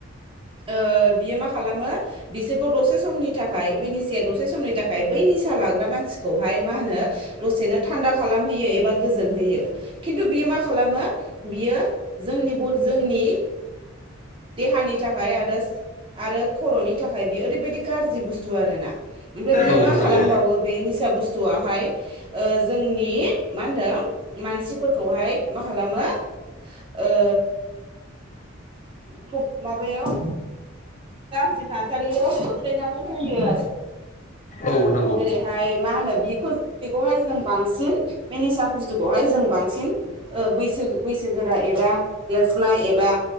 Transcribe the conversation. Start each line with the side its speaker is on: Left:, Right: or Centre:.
Right: ओ बियो मा खालामो बिसोरखौ दसे समनि थाखाय बे निसाया दसे समनि थाखाय बै निसा लाग्रा मानसिखौहाय मा होनो दसेनो थान्दा खालामहोयो एबा गोजोन होयो खिन्थु बियो मा खालामो बियो जोंनि बद जोंनि देहानि थाखाय आरोस आरो खर'नि थाखाय बेयो ओरैबायदि गाज्रि बुस्थु आरोना ओमफ्राय बियो
Left: औ
Right: मा
Left: नंगौ
Right: खालामबावो बे निसा बुस्थुवाहाय ओ जोंनि मा होनदों मानसिफोरखौहाय मा खालामो ओ ख माबायाव गाज्रि थासारियाव खोख्लैनानै होयो आरो
Left: औ नंगौ
Right: जेरैहाय मा होनो बेखौ बेखौहाय जों बांसिन बे निसा बुस्थुखौहाय जों बांसिन ओ बैसो बैसोगोरा एबा देरफुनाय एबा